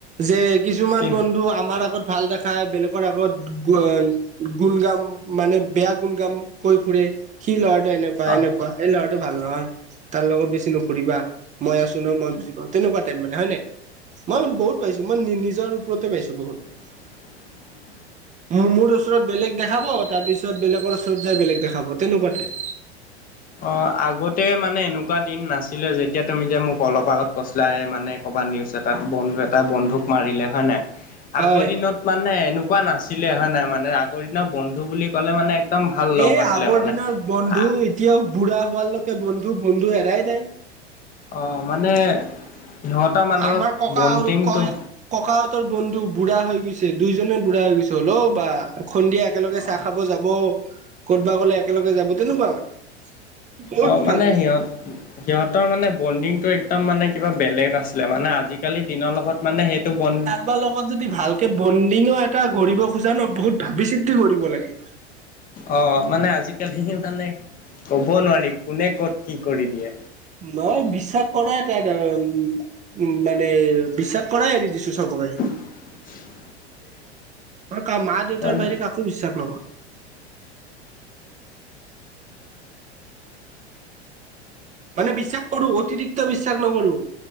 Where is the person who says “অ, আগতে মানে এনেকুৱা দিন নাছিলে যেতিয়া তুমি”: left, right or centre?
Left